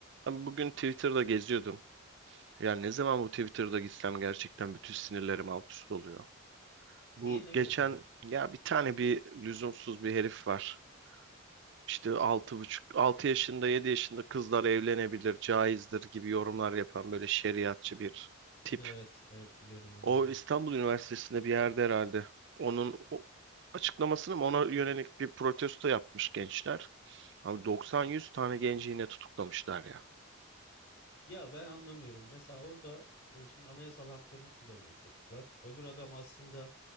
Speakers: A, on the right; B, on the left.
A: Ben bugün Twitter'da geziyordum. Yani ne zaman bu Twitter'da gitsem gerçekten bütün sinirlerim alt üst oluyor. Bu
B: Niye ne
A: geçen
B: gördün de?
A: ya bir tane bir lüzumsuz bir herif var. İşte altı buçuk, 6 yaşında 7 yaşında kızlar evlenebilir, caizdir gibi yorumlar yapan böyle şeriatçı bir tip.
B: Evet, evet biliyorum onu
A: O
B: aynen.
A: İstanbul Üniversitesi'nde bir yerde herhalde. Onun o- açıklamasını mı ona yönelik bir protesto yapmış gençler. Abi 90-100 tane genci yine tutuklamışlar ya.
B: Ya ben anlamıyorum. Mesela orada e, şimdi anayasal haklarını kullanıyor çocuklar. Öbür adam aslında